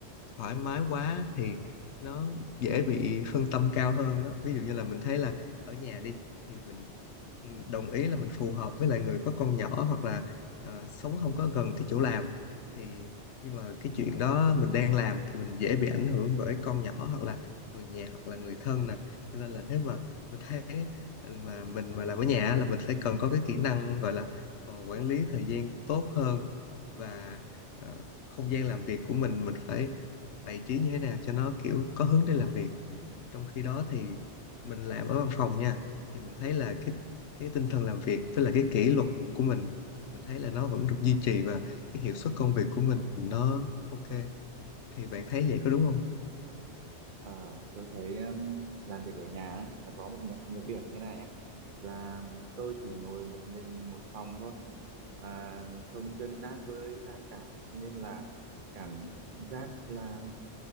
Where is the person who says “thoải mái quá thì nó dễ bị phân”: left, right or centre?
Left